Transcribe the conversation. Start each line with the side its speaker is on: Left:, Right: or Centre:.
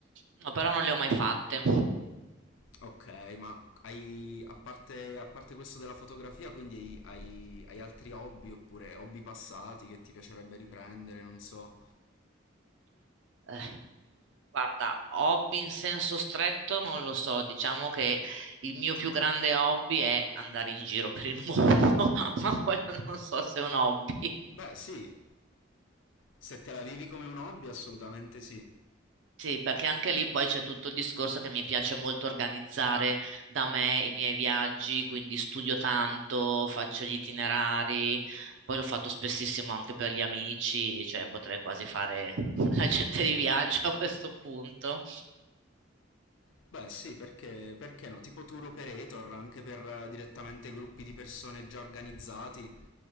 Right: No, però non le ho mai fatte.
Left: Ok, ma hai, a parte, a parte questo della fotografia, quindi hai, hai- hai altri hobby oppure hobby passati che ti piacerebbe riprendere, non so.
Right: Eh, Guarda, hobby in senso stretto non lo so, diciamo che il mio più grande hobby è andare in giro per il mondo, <laughs> ma quello non so se è un hobby.
Left: Beh, sì, Se te la vivi come un hobby, assolutamente sì.
Right: Sì, perché anche lì poi c'è tutto il discorso che mi piace molto organizzare da me i miei viaggi, quindi studio tanto, faccio gli itinerari, poi l'ho fatto spessissimo anche per gli amici, cioè potrei quasi fare <laughs> l'agente di viaggio a questo punto.
Left: Beh, sì, perché, perché no? Tipo tour operator, anche per eh, direttamente gruppi di persone già organizzati.